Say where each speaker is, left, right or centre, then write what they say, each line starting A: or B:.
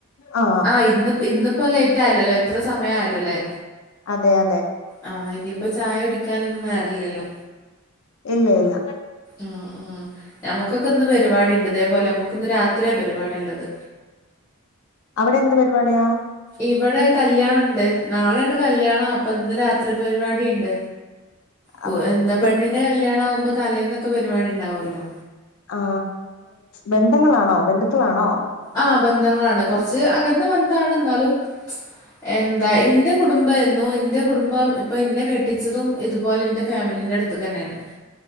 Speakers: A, on the left (about 75°); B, on the left (about 15°).
A: ആ
B: ആഹ് ഇന്ന് ഇന്നിപ്പോ ലേറ്റ് ആയല്ലോല്ലേ എത്ര സമയായല്ലോല്ലേ
A: അതെയതെ
B: ആഹ് ഇനിയിപ്പോ ചായ കുടിക്കാനൊന്നും നേരല്ലല്ലോ
A: ഇല്ല ഇല്ല
B: ആഹ് ആഹ് ഞമ്മുക്കൊക്കെന്ന് പരിപാടിണ്ട് ഇതേപോലെ നമ്മക്ക് ഇന്ന് രാത്രിയാ പരിപാടിള്ളത്
A: അവിടെ എന്ത് പരിപാടിയാ
B: ഇവിടെ കല്യാണണ്ട് നാളെയാണ് കല്യാണം അപ്പൊന്ന് രാത്രി പരിപാടിണ്ട് പൊ
A: ആ
B: എന്താ
A: ബ-
B: പെണ്ണിന്റെ കല്യാണാവുമ്പോ തലേന്നൊക്കെ പരിപാടിണ്ടാവല്ലോ
A: ആ ബന്ധങ്ങളാണോ ബന്ധുക്കളാണോ
B: ആ ബന്ധങ്ങളാണ് കൊറച്ച് അകന്ന് ബന്ധാണ് എന്നാലും എന്താ ഇന്റെ കുടുംബം എന്നോ എന്റെ കുടുംബം ഇപ്പൊ ഇന്നെ കെട്ടിച്ചതും ഇതുപോലെ എന്റെ ഫാമിലിന്റ അടുത്ത് തന്നെയാണ്